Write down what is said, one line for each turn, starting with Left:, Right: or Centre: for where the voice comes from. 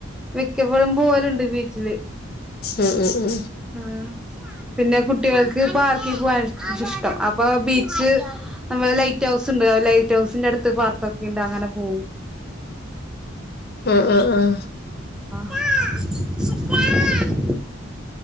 Centre: മിക്കപ്പോഴും പോവല്ണ്ട് ബീച്ചില്.
Left: ഉ ഉ ഉം
Centre: ആഹ്, പിന്നെ കുട്ട്യാൾക്ക് പാർക്കി പുവ്വാനാ ഇഷ് ഇഷ്ടം അപ്പൊ ബീച്ച്. ന്നമ്മള് ലൈറ്റ് ഹൗസ്ണ്ട് ലൈറ്റ് ഹൗസിന്റെടുത്ത് പാർക്കൊക്കിണ്ട് അങ്ങനെ പോവും.
Left: ആഹ് ആഹ് ആഹ്.
Centre: <unintelligible> <unintelligible>